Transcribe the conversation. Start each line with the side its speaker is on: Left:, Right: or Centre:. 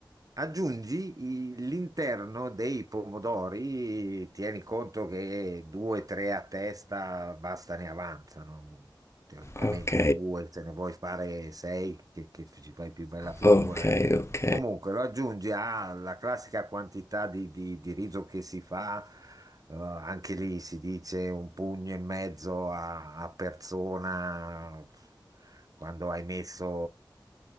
Right: Aggiungi i- l'interno dei pomodori, tieni conto che due, tre a testa basta ne avanzano. Teoricamente
Left: Ok,
Right: due, se ne vuoi fare sei, che, che ci fai più bella figura.
Left: ok, ok.
Right: Comunque lo aggiungi alla classica quantità di di- di riso che si fa. Eh, anche lì si dice un pugno e mezzo a, a persona quando hai messo